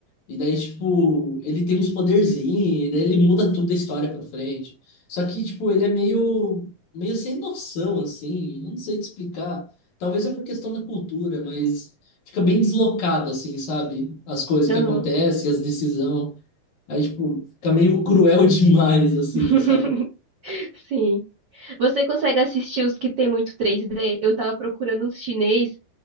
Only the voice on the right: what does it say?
Aham.
<laughs>
Sim. Você consegue assistir os que tem muito 3D? Eu tava procurando uns chinês